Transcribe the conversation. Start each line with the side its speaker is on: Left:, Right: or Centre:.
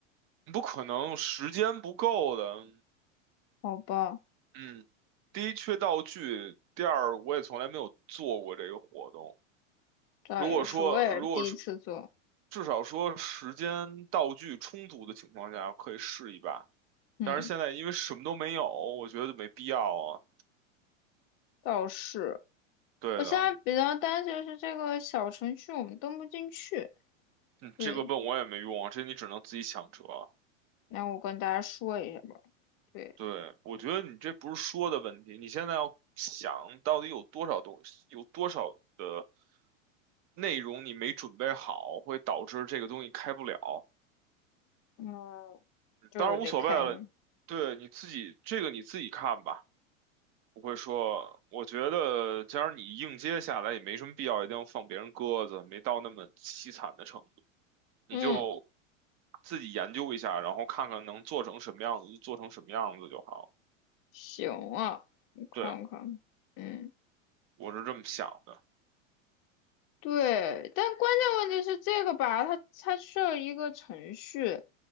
Right: 不可能，时间不够的。
Left: 好吧？
Right: 嗯，第一缺道具，第二我也从来没有做过这个活动。
Left: 倒也是，
Right: 如果说如果说
Left: 我也是第一次做，
Right: 至少说时间道具充足的情况下，可以试一把。
Left: 嗯，
Right: 但是现在因为什么都没有，我觉得就没必要啊。
Left: 倒是，
Right: 对的，
Left: 我现在比较担心的是这个小程序我们登不进去，
Right: 嗯，
Left: 对。
Right: 这个问我也没用啊，这你只能自己想辙啊。
Left: 那我跟大家说一下吧。对，
Right: 对，我觉得你这不是说的问题，你现在要想到底有多少东西，有多少的内容你没准备好，会导致这个东西开不了。
Left: 嗯，对，
Right: 当然无所谓了，
Left: 我得看一眼。
Right: 对，你自己这个你自己看吧。不会说，我觉得既然你硬接下来也没什么必要，一定要放别人鸽子，没到那么凄惨的程度。你就
Left: 嗯，
Right: 自己研究一下，然后看看能做成什么样子，就做成什么样子就好。
Left: 行啊，我看看。
Right: 对，
Left: 嗯，
Right: 我是这么想的。
Left: 对，但关键问题是这个吧，它它需要一个程序。